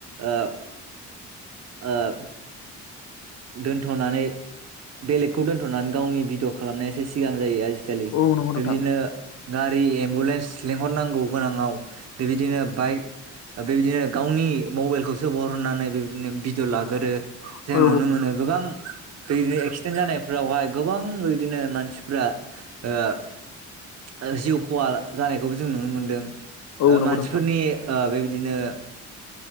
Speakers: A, on the right; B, on the left.
A: ओं ओं दोनथ'नानै बेलेगखौ दोनथ'नानै गावनि भिडिअ खालामनायासो सिगां जायो आरो आजि खालि
B: औ नंगौ नोंथां
A: बेबायदिनो गारि एम्बुलेन्स लिंहरनांगौ गोनाङाव बेबायदिनो बाइक बेबायदिनो गावनि मबाइलखौसो बरनानै बेबायदिनो भिडिय' लागोरो। जों
B: औ
A: नुनो मोनो गोबां दै एक्सिडेन्ट जानायफोरावहाय गोबां बिदिनो मानसिफ्रा ओं ओं जिउ खहा जानायखौबो जों नुनो मोनदों।
B: औ
A: ओं
B: नंगौ
A: मानसिफोरनि
B: नोंथां
A: ओं बेबायदिनो बिदिनो